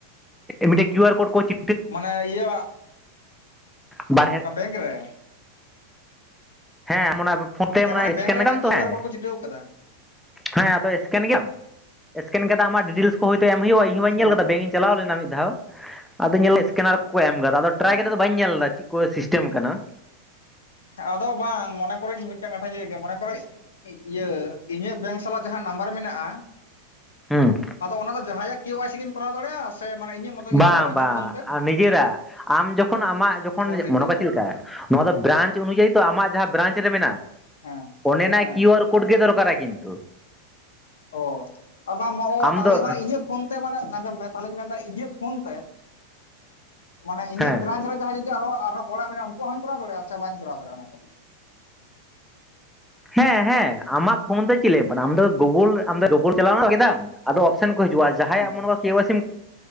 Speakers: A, in the centre; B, on the left.
A: ᱢᱤᱫᱴᱟᱝ <unintelligible> ᱠᱤᱭᱩ ᱟᱨ ᱠᱳᱰ ᱪᱤᱼᱼ
B: ᱢᱟᱱᱮ ᱤᱭᱟᱹ
A: ᱵᱟᱨᱦᱮ
B: ᱟᱜ ᱵᱮᱝᱠ ᱨᱮᱼᱼ
A: ᱦᱮᱸ ᱚᱱᱟ ᱯᱷᱳᱱ ᱛᱮ
B: ᱦᱮᱸ ᱢᱟᱱᱮ ᱵᱮᱝᱠ
A: ᱥᱠᱮᱱ
B: ᱨᱮ
A: ᱮᱫᱟᱢ
B: ᱚᱱᱟ ᱠᱤᱭᱩ
A: ᱛᱚ ᱦᱮᱸᱼᱼ
B: ᱟᱨ ᱠᱳᱰ ᱠᱚ ᱪᱷᱤᱴᱟᱹᱣ ᱟᱠᱟᱫᱟ᱾
A: ᱦᱮᱸ ᱟᱫᱚ ᱥᱠᱮᱱ ᱜᱮᱭᱟᱢ ᱥᱠᱮᱱ ᱠᱟᱛᱮ ᱟᱢᱟᱜ ᱰᱤᱴᱮᱞᱥ ᱠᱚ ᱦᱚᱭᱛᱚ ᱮᱢ ᱦᱩᱭᱩᱜᱼᱟ ᱤᱧ ᱵᱟᱹᱧ
B: ᱦᱩᱸ
A: ᱧᱮᱞ ᱠᱮᱫᱟ ᱵᱮᱝᱠᱼᱼ ᱪᱟᱞᱟᱣ ᱞᱮᱱᱟ ᱢᱤᱫ ᱫᱷᱟᱣ ᱟᱫᱚ ᱧᱮᱞ ᱫᱟ ᱥᱠᱮᱱᱟᱨ ᱠᱚ ᱠᱚ ᱮᱢ ᱠᱟᱫᱟ ᱟᱫᱚ ᱴᱨᱟᱭ
B: ᱚ
A: ᱠᱟᱛᱮ ᱫᱚ ᱵᱟᱹᱧ ᱧᱮᱞ ᱮᱫᱟ ᱪᱮᱫᱼᱼ ᱠᱚ ᱥᱤᱥᱴᱮᱢ ᱟᱠᱟᱱᱟ
B: ᱟᱫᱚ ᱵᱟᱝ ᱢᱚᱱᱮ ᱠᱚᱨᱮᱧᱼᱼ ᱢᱤᱫᱴᱟᱝ ᱠᱟᱛᱷᱟᱧ ᱞᱟᱹᱭ ᱞᱮ ᱜᱮ ᱢᱚᱱᱮ ᱠᱚᱨᱳ ᱤᱭᱟᱹ ᱤᱧᱟᱹᱜ ᱵᱮᱝᱠ ᱥᱟᱞᱟᱜ ᱡᱟᱦᱟᱸ ᱱᱟᱢᱵᱟᱨ ᱢᱮᱱᱟᱜᱼᱟ
A: ᱦᱮᱸ
B: ᱟᱫᱚ ᱚᱱᱟ ᱫᱚ ᱡᱟᱦᱟᱸᱭᱟᱜ ᱠᱮ ᱣᱟᱭ ᱥᱤ ᱜᱤᱧ ᱠᱚᱨᱟᱣ ᱫᱟᱲᱮᱭᱟᱜᱼᱟ ᱥᱮ ᱢᱟᱱᱮ ᱤᱧᱟᱹᱜ ᱢᱚᱛᱚ ᱜᱤᱧ
A: ᱵᱟᱝ
B: ᱠᱚᱨᱟᱣᱟ ᱤᱧᱟᱹᱜ
A: ᱵᱟᱝ
B: ᱯᱷᱳᱱ ᱛᱮ
A: ᱱᱤᱡᱮᱨᱟᱜ ᱟᱢ ᱡᱚᱠᱷᱚᱱ ᱟᱢᱟᱜ ᱡᱚᱠᱷᱚᱱ
B: ᱚ ᱱᱤᱡᱮᱨᱟᱜ
A: ᱢᱚᱱᱮ ᱠᱚᱣᱟ ᱪᱮᱫ ᱞᱮᱠᱟᱼᱼ ᱱᱚᱣᱟ ᱫᱚ ᱵᱨᱟᱧᱪ ᱚᱱᱩᱡᱟᱭᱤ ᱛᱚ ᱟᱢᱟᱜ ᱡᱟᱦᱟᱸ ᱵᱨᱟᱧᱪ ᱨᱮ ᱢᱮᱱᱟᱜᱼᱟ
B: ᱦᱮᱸ
A: ᱚᱱᱰᱮᱱᱟᱜ
B: ᱦᱮᱸ
A: ᱠᱤᱭᱩ ᱟᱨᱼᱼ ᱠᱳᱴ ᱜᱮ ᱫᱚᱨᱠᱟᱨᱟ ᱠᱤᱱᱛᱩᱼᱼ
B: ᱚ ᱵᱟᱝ ᱚ
A: ᱟᱢ
B: ᱛᱟᱦᱚᱞᱮ
A: ᱫᱚ
B: ᱢᱟᱱᱮ ᱤᱧᱟᱹᱜ ᱯᱷᱳᱱ ᱛᱮ ᱢᱟᱱᱮ ᱟᱸᱡᱚᱢ ᱢᱮ ᱛᱟᱦᱚᱞᱮᱧ ᱢᱮᱱᱫᱟ ᱤᱧᱟᱹᱜ ᱯᱷᱳᱱ ᱛᱮᱼᱼ ᱢᱟᱱᱮ ᱤᱧᱟᱹᱜ
A: ᱦᱮᱸ
B: ᱵᱨᱟᱧᱪ ᱨᱮ ᱡᱟᱦᱟᱸᱭ ᱡᱩᱫᱤ ᱟᱨ ᱟᱨᱚ ᱦᱚᱲᱟᱜ ᱢᱮᱱᱟᱜᱼᱟ ᱩᱱᱠᱩᱣᱟᱜ ᱦᱚᱧ ᱠᱚᱨᱟᱣ ᱫᱟᱲᱮᱭᱟᱜᱼᱟ ᱥᱮ ᱵᱟᱹᱧ ᱠᱚᱨᱟᱣ ᱫᱟᱲᱮᱭᱟᱜᱼᱟ ᱚᱱᱟ ᱫᱚᱼᱼ
A: ᱦᱮᱸ ᱦᱮᱸ ᱟᱢᱟᱜ ᱯᱷᱳᱱ ᱫᱚ ᱪᱮᱫ ᱮ ᱞᱟᱭ ᱟᱢ ᱠᱟᱱᱟ ᱟᱢ ᱫᱚ ᱜᱩᱜᱳᱞ ᱟᱢᱫᱚ ᱜᱩᱜᱳᱞ ᱪᱟᱞᱟᱣ ᱠᱮᱫᱟᱢ? ᱟᱫᱚ ᱚᱯᱥᱮᱱ ᱠᱚ ᱦᱤᱡᱩᱜᱼᱟ ᱡᱟᱦᱟᱸᱭᱟᱜ
B: ᱦᱮᱸ
A: ᱢᱚᱱᱮ <unintelligible> ᱠᱮ ᱣᱟᱭ ᱥᱤᱢ